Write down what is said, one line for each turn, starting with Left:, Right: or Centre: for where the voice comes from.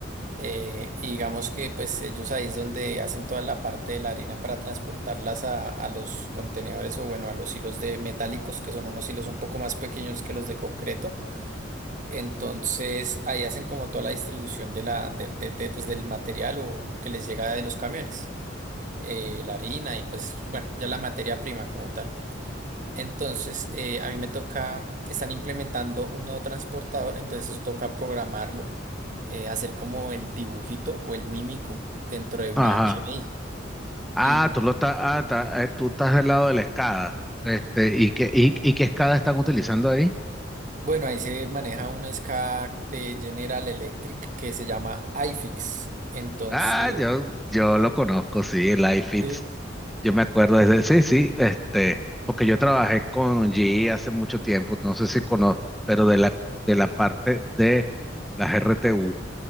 Right: Eh, y digamos que pues ellos ahí es donde hacen toda la parte de la harina para transportarlas a, a los contenedores o bueno, a los hilos de metálicos, que son unos hilos un poco más pequeños que los de concreto. Entonces ahí hacen como toda la distribución de la, del de- de, pues, del material o que les llega de los camiones, eh, la harina y pues bueno, ya la materia prima como tal. Entonces, eh, a mí me toca, están implementando un nuevo transportador, entonces eso toca programarlo, eh, hacer como el dibujito o el mímico dentro de una
Centre: Ajá.
Right: HMI.
Centre: Ah,
Right: Y
Centre: tú lo estás, ah, está- eh, tú estás del lado de la escada. Este, ¿y qué, y, y qué escada están utilizando ahí?
Right: bueno, ahí se maneja un SCADA de General Electric que se llama iFix. Entonces,
Centre: Ah, yo, yo lo conozco, sí, el iFit.
Right: sí.
Centre: Yo me acuerdo de ese- sí, sí, este, porque yo trabajé con GE hace mucho tiempo, no sé si conozco, pero de la, de la parte de las RTU.